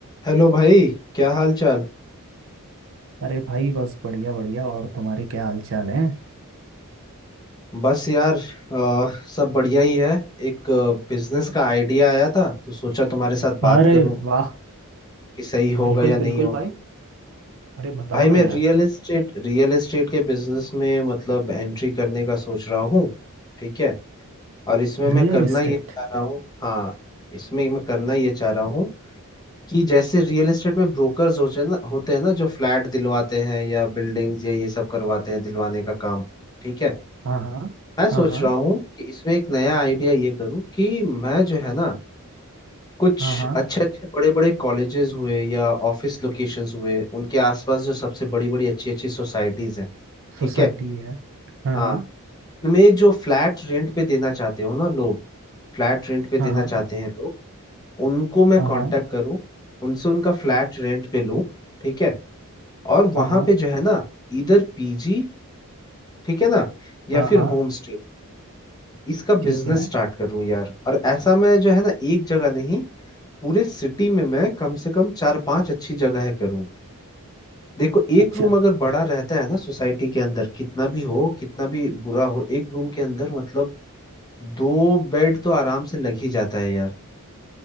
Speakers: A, on the left; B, on the right.
A: हेलो भाई क्या हाल चाल
B: अरे भाई बस बढ़िया बढ़िया और तुम्हारे क्या हाल चाल है
A: बस यार अ, सब बढ़िया ही है एक बिजनेस का आइडिया आया था तो सोचा तुम्हारे साथ
B: अरे
A: बात करूं
B: वाह
A: कि सही होगा
B: बिल्कुल
A: या नहीं
B: बिल्कुल
A: होगा
B: भाई अरे बताओ
A: भाई
B: ना
A: मैं
B: यार
A: रियल एस्टेट रियल एस्टेट के बिजनेस में मतलब एंट्री करने का सोच रहा हूँ ठीक है और इसमें
B: Real
A: मैं करना
B: estate
A: ये चाह रहा हूँ हाँ इसमें मैं करना ये चाह रहा हूँ कि जैसे रियल एस्टेट में ब्रोकर्स होते हैं ना होते हैं ना जो फ्लैट दिलवाते हैं या बिल्डिंग्स या ये सब करवाते हैं दिलवाने का काम ठीक है
B: हाँ हाँ
A: मैं सोच
B: हाँ हाँ
A: रहा हूँ कि इसमें एक नया आइडिया ये करूँ कि मैं जो है ना कुछ
B: हाँ हाँ
A: अच्छे अच्छे बड़े बड़े कॉलेजेस हुए या ऑफिस लोकेशंस हुए उनके आसपास जो सबसे बड़ी बड़ी अच्छी अच्छी सोसाइटीज हैं ठीक
B: सोसाइटी
A: है
B: है हाँ
A: हाँ
B: हाँ
A: उनमें जो फ्लैट रेंट पे देना चाहते हो ना लोग फ्लैट रेंट पे
B: हाँ
A: देना
B: हाँ
A: चाहते हैं लोग उनको मैं
B: हाँ
A: कांटेक्ट
B: हाँ
A: करूँ उनसे उनका फ्लैट रेंट पे लूँ ठीक है और
B: हाँ
A: वहां
B: हाँ
A: पे जो है ना इधर पीजी ठीक है ना या
B: हाँ
A: फिर
B: हाँ,
A: होम स्टे इसका
B: ठीक
A: बिजनेस
B: है
A: स्टार्ट करूं यार और ऐसा मैं जो है ना एक जगह नहीं पूरे सिटी में मैं कम से कम चार पांच अच्छी जगह करूं देखो एक
B: अच्छा
A: रूम अगर बड़ा रहता है ना सोसाइटी के अंदर कितना भी हो कितना भी बुरा हो एक रूम के अंदर मतलब दो बेड तो आराम से लग ही जाता है यार